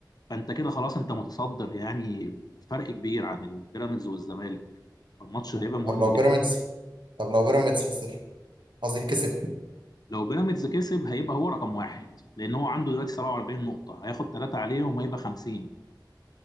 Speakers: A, on the left (about 55°); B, on the right (about 80°).
A: فانت كده خلاص انت متصدر يعني فرق كبير عن البيراميدز والزمالك الماتش هيبقى مهم
B: طب لو
A: جدا
B: بيراميدز طب لو بيراميدز خسر قصدي كسب
A: لو بيراميدز كسب هيبقى هو رقم واحد لان هو عنده دلوقتي 47 نقطة هياخد ثلاثة عليهم هيبقى 50